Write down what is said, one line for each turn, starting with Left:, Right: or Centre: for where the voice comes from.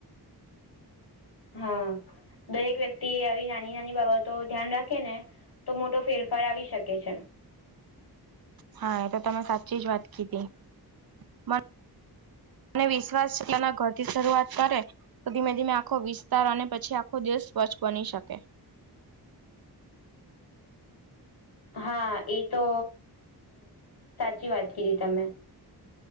Left: હા દરેક વ્યક્તિ આવી નાની નાની બાબતો ધ્યાન રાખે ને તો મોટો ફેરફાર આવી શકે છે
Right: હા એ તો તમે સાચી જ વાત કીધી મ અને વિશ્વાસ છે એટલાના ઘર થી શરૂઆત કરે તો ધીમે ધીમે આખો વિસ્તાર અને પછી આખો દેશ સ્વચ્છ બની શકે.
Left: હા એ તો સાચી વાત કીધી તમે.